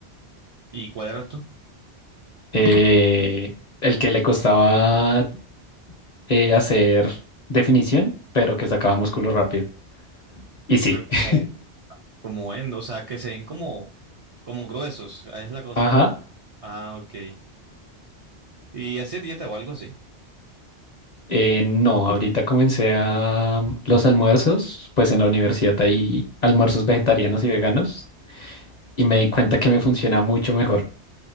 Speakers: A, on the right (about 50°); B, on the left (about 50°).
A: ¿Y cuál era tú?
B: Eh, el que le costaba eh, hacer definición, pero que sacaba músculo rápido. Y
A: Será
B: sí.
A: como,
B: <laughs>
A: como endo, o sea, que se ven como, como gruesos, es la cosa.
B: Ajá.
A: Ah, ok. ¿Y hacía dieta o algo así?
B: Eh, no, ahorita comencé a mm, los almuerzos, pues en la universidad hay almuerzos vegetarianos y veganos y me di cuenta que me funciona mucho mejor